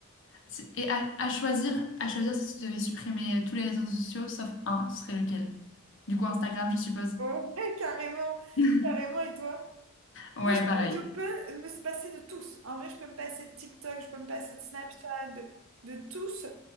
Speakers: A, on the left (about 55°); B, on the right (about 65°).
A: C'est- Et à, à choisir, à choisir si tu devais supprimer euh, tous les réseaux sociaux sauf un, ce serait lequel? Du coup, Instagram, je suppose.
B: Ouais, <laughs> carrément,
A: <laughs>
B: carrément, et toi?
A: Ouais,
B: Moi, je,
A: pareil.
B: je peux me se passer de tous. En vrai, je peux me passer de TikTok, je peux me passer de Snapchat, de, de tous.